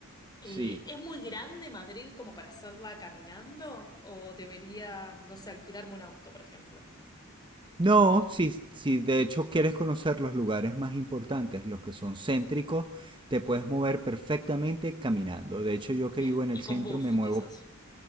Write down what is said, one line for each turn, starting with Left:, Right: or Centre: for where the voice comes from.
Left: Eh,
Right: sí,
Left: ¿es muy grande Madrid como para hacerla caminando? ¿O debería, no sé, alquilarme un auto, por ejemplo?
Right: No, si, si de hecho quieres conocer los lugares más importantes, los que son céntricos, te puedes mover perfectamente caminando. De hecho, yo
Left: Bien,
Right: que vivo en
Left: y
Right: el centro
Left: con bus
Right: me muevo.
Left: quizás,